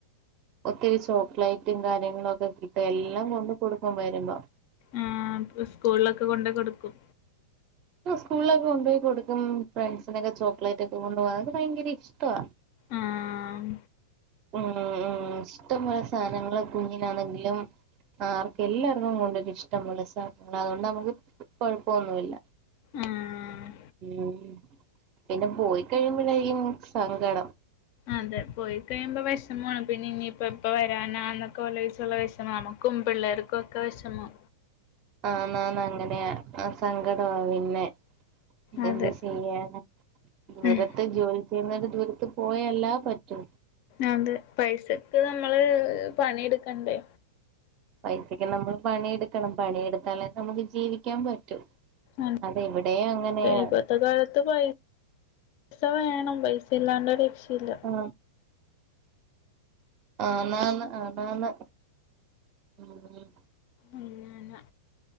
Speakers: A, on the right (about 35°); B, on the left (about 45°).
A: ഒത്തിരി ചോക്ലേറ്റും കാര്യങ്ങളും ഒക്കെ കിട്ടാ എല്ലാം കൊണ്ട് കൊടുക്കും വരുമ്പോ
B: ആഹ് ഇപ്പ സ്കൂൾലൊക്കെ കൊണ്ടെ കൊടുക്കും
A: സ്കൂൾലൊക്കെ കൊണ്ടോയി കൊടുക്കും ഫ്രണ്ട്സിനൊക്കെ ചോക്ലേറ്റ് ഒക്കെ കൊണ്ടു പോകാൻ ഇതൊക്കെ ഭയങ്കര ഇഷ്ടാ
B: ആഹ്
A: ഉം ഉം ഇഷ്ടംപോലെ സാധനങ്ങള് കുഞ്ഞിനാന്നങ്കിലും ആർക്ക എല്ലാർക്കും കൊണ്ടരും ഇഷ്ടം പോലെ സാധനങ്ങള് അതോണ്ട് നമ്മക്ക് കുഴപ്പൊന്നുല്ല
B: ആഹ്
A: ഉം പിന്നെ പോയി കഴിയുമ്പഴായിരിക്കും സങ്കടം
B: അതെ പോയി കഴിയുമ്പോ വെഷ്മാണ് പിന്നെ ഇനിയിപ്പ എപ്പ വരാനാന്നൊക്കെ ലോയിച്ചുള്ള വെഷ് മ നമുക്കും പിള്ളേർക്കും ഒക്കെ വിശമം
A: ആന്ന് ആന്ന് അങ്ങനെയാ ആ സങ്കടാ പിന്നെ
B: അതെ
A: എന്ത് ചെയ്യാനാ ദൂര
B: ഉം
A: ത്ത് ജോലി ചെയ്യുന്നരു, ദൂരത്ത് പോയല്ലാ പറ്റു
B: അതെ പൈസക്ക് നമ്മള് പണി എട്ക്കണ്ടേ
A: പൈസക്ക് നമ്മള് പണിയെടുക്കണം പണിയെടുത്താലേ നമുക്ക് ജീവിക്കാൻ പറ്റൂ
B: ആണ്
A: അതെവിടെയും അങ്ങനെയാ
B: ഇപ്പത്തെ കാലത്ത് പൈ സ വേണം പൈസ ഇല്ലാണ്ട ഒരു രക്ഷയില്ല
A: ആ ആന്ന് ആന്ന് ഉം ഉം
B: ഉം ഞാ